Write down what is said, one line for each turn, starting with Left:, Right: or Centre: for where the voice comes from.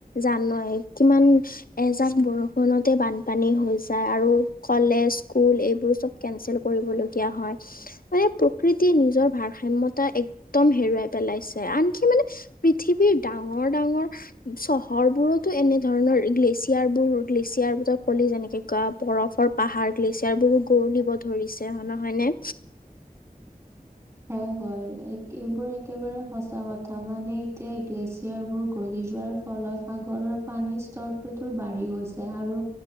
Left: জানয়ই কিমান এজাক বৰষুণতে বানপানী হৈ যায় আৰু কলেজ স্কুল এইবোৰ চব কেচেল কৰিবলগীয়া হয় মানে প্ৰকৃতিয়ে নিজৰ ভাৰসাম্য়তা একদম হেৰুৱাই পেলাই, ছে আনকি মানে পৃথিৱীৰ ডাঙৰ ডাঙৰ চহৰ বোৰতো এনে ধৰণৰ, গ্লেছিয়াৰ বোৰ গ্লেছিয়াৰোৰ ক'লি যেনেকে গ বৰফৰ পাহাৰ গ্লেছিয়াৰ বোৰো গৰুলিব ধৰিছে নহয়নে
Right: হয় হয় এইবোৰ একেবাৰে সঁচা কথা মানে এতিয়া গ্লেচিয়াৰ বোৰ গলি যোৱা। ফলত সাগৰৰ পানীৰ স্তৰটোতো বাঢ়ি গৈছে আৰু